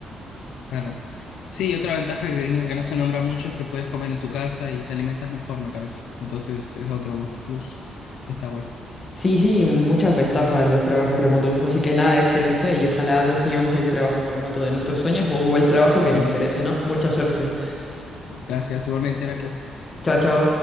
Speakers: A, on the left (about 85°); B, on the left (about 25°).
A: Claro. Sí, otra ventaja que, que no se nombra mucho es que puedes comer en tu casa y te alimentas mejor, me parece. Entonces es otro plus que está bueno.
B: Sí, sí, muchas ventajas en los trabajos remotos, así que nada, excelente y ojalá consigamos el trabajo remoto de nuestros sueños o o el trabajo que te
A: <laughs>
B: interese, ¿no? Mucha suerte.
A: Gracias, igualmente, Heracles.
B: Chao, chao.